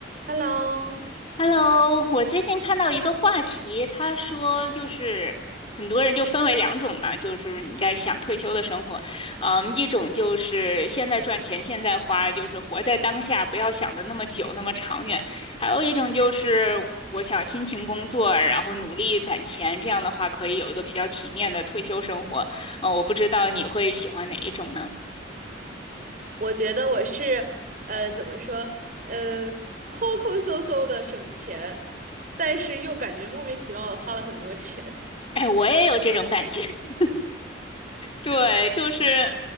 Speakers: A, on the right; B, on the left.
A: Hello，
B: Hello，我最近看到一个话题，他说就是很多人就分为两种嘛，就是你在想退休的生活，嗯，一种就是现在赚钱现在花，就是活在当下，不要想的那么久那么长远，还有一种就是我想辛勤工作，然后努力攒钱，这样的话可以有一个比较体面的退休生活。嗯，我不知道你会喜欢哪一种呢？
A: 我觉得我是呃，怎么说呃，抠抠搜搜的省钱，但是又感觉莫名其妙的花了很多钱。
B: 哎，我也有这种感觉。<laughs> 对，就是。